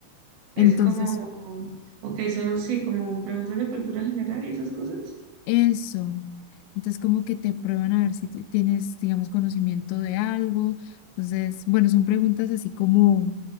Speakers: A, on the right (about 80°); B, on the left (about 90°).
A: Es
B: Entonces,
A: como, ok, son, sí, como preguntas de cultura general y esas cosas.
B: Eso. Entonces, como que te prueban a ver si te- tienes, digamos, conocimiento de algo. Entonces, bueno, son preguntas así como